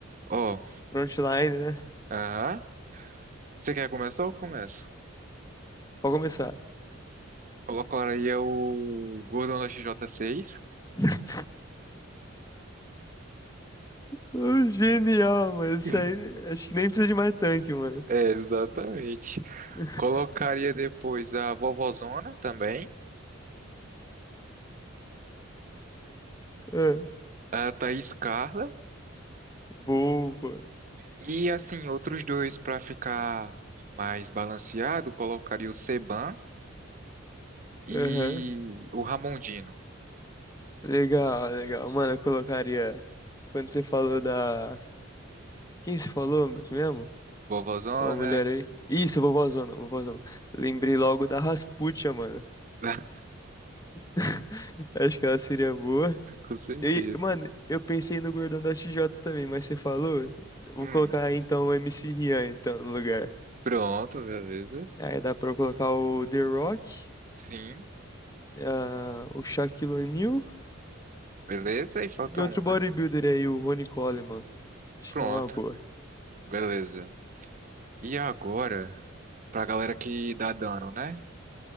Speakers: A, on the right; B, on the left.
A: Ó,
B: Frontline, né?
A: Aham. Você quer começar ou eu começo?
B: Pode começar.
A: Colocaria o Gordon da XJ6.
B: <laughs> Ô, Genial, mano. Isso
A: <laughs>
B: aí, acho que nem precisa de mais tanque, mano.
A: É, exatamente.
B: <laughs>
A: Colocaria depois a Vovozona também,
B: Ah,
A: a Thaís Carla.
B: Boa.
A: E assim, outros dois para ficar mais balanceado, colocaria o Seban e
B: Aham.
A: o Ramondino.
B: Legal, legal. Mano, eu colocaria. Quando você falou da. Quem se falou mesmo?
A: Vovozona,
B: Uma mulher aí. Isso, vovózona, vovózona. Lembrei logo da Rasputia, mano.
A: <laughs>
B: <laughs> Acho que ela seria boa.
A: com certeza.
B: E, mano, eu pensei no Gordão da X J também, mas você falou. eu Vou
A: Hum,
B: colocar então o MC Rian então, no lugar.
A: pronto, beleza.
B: Aí dá pra eu colocar o The Rock,
A: Sim,
B: ah, o Shaquille O'Neal
A: beleza. E falta
B: e outro
A: um,
B: bodybuilder
A: né?
B: aí, o Ronnie Coleman. Acho
A: Pronto,
B: que é uma boa.
A: beleza. E agora? Pra galera que dá dano, né?